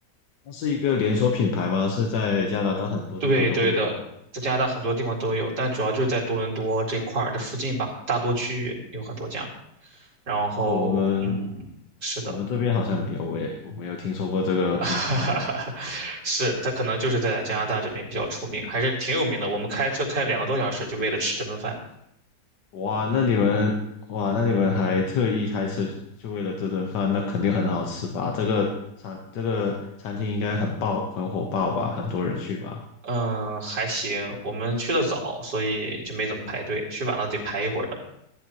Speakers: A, on the left; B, on the right.
A: 它是一个连锁品牌吗？是在加拿大很多地方都会有吗？
B: 对对的，在加拿大很多地方都有，但主要就是在多伦多这块儿的附近吧，大多区域有很多家。然后，
A: 哦，我们
B: 嗯，是的，
A: 我们这边好像没有诶，我没有听说过这个品牌。
B: <laughs> 是，他可能就是在加拿大这边比较出名，还是挺有名的。我们开车开两个多小时，就为了吃这顿饭。
A: 哇，那你们哇，那你们还特意开车就为了这顿饭，那肯定很好吃吧？这个餐这个餐厅应该很爆，很火爆吧？很多人去吧？
B: 嗯，还行，我们去的早，所以就没怎么排队，去晚了得排一会儿的。